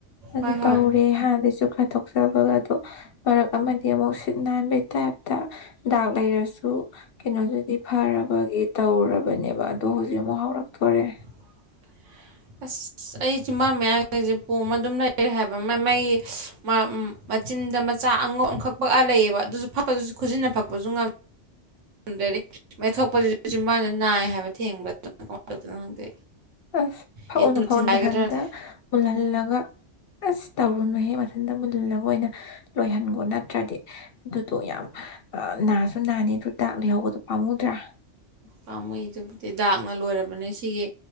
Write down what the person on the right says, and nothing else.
ꯍꯣꯏ ꯍꯣꯏ
<inaudible> ꯑꯁ ꯑꯩ ꯆꯤꯟꯕꯥꯟ ꯃꯌꯥ ꯒꯤꯁꯦ ꯄꯣꯝꯃ ꯑꯗꯨꯝ ꯂꯩꯔꯦ ꯍꯥꯏꯕ ꯃꯥ ꯃꯥꯒꯤ ꯃꯥ ꯃꯆꯤꯟꯗ ꯃꯆꯥ ꯑꯉꯧ ꯑꯃꯈꯛꯄꯛꯑ ꯂꯩꯌꯦꯕ ꯑꯗꯨꯁꯨ ꯐꯛꯄꯗꯨꯁꯨ ꯈꯨꯖꯤꯟꯅ ꯐꯛꯄꯁꯨ ꯉꯝꯃꯦ ꯑꯗ ꯒꯤ ꯊꯣꯛꯣꯛꯄꯁꯤ ꯁꯤ ꯃꯥꯅ ꯅꯥꯏ ꯍꯥꯏꯕ ꯊꯦꯡꯕꯗ ꯀꯃꯥꯏ ꯇꯧꯗꯣꯏꯅꯣ ꯈꯪꯗꯦ
ꯌꯦꯇꯨꯅ
ꯊꯤꯡꯒꯥꯏꯒꯗ꯭ꯔꯥ
ꯈꯪꯗꯦ
ꯄꯥꯝꯃꯨꯏꯗꯨꯕꯨꯗꯤ ꯗꯥꯛꯅ ꯂꯣꯏꯔꯕꯅꯤ ꯁꯤꯒꯤ